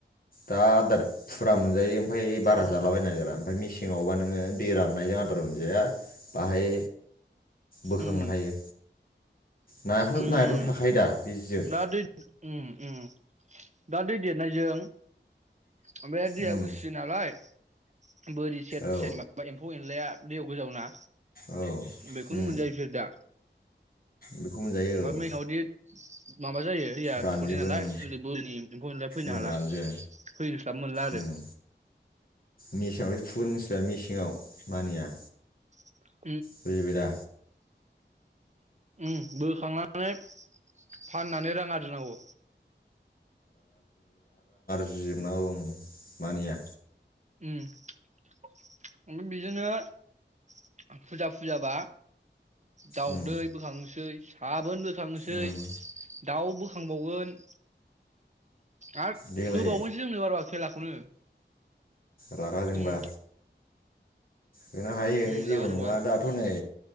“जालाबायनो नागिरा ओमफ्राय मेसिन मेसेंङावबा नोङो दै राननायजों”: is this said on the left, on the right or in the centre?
Left